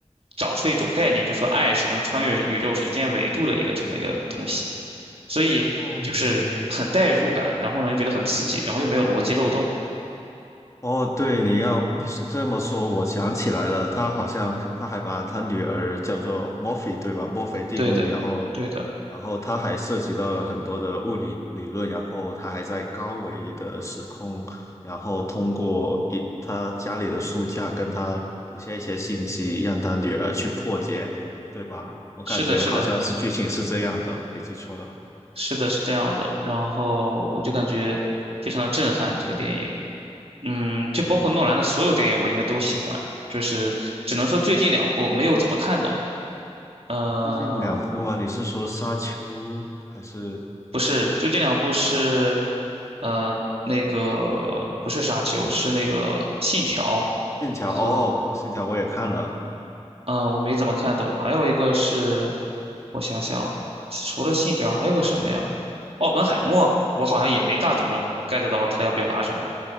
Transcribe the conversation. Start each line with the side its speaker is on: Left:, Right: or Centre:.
Right: 找出了一种概念，就说爱是能穿越宇宙时间维度的一个这么一个东西。所以就是很代入感，
Left: 哦，
Right: 然后呢又觉得很刺激，然后又没有逻辑漏洞。
Left: 哦，对，你要你是这么说，我想起来了，他好像他还把他女儿叫做墨菲，对吧？墨菲定律，
Right: 对的，
Left: 然后，
Right: 对的，
Left: 然后他还涉及到了很多的物理理论，然后他还在高维的时空，然后通过一他家里的书架跟他留下一些信息，让他女儿去破解，对吧？我感觉好像是剧情是这样的，
Right: 是的，是的，
Left: 没记错的话，
Right: 是的，是这样的。然后我就感觉非常的震撼这个电影，嗯，
Left: 对。
Right: 就包括诺兰的所有电影我应该都喜欢，就是只能说最近两部没有怎么看懂。呃，
Left: 哦最近两部啊，你是说《沙丘》还是？
Right: 不是，最近两部是，呃，那个不是沙丘，是那个信条
Left: 线条哦，
Right: 和
Left: 线条我也看了。
Right: 嗯，我没怎么看懂。还有一个是，我想想，除了信条还有个什么呀？奥本海默，我好像也没大怎么 get 到他要表达什么。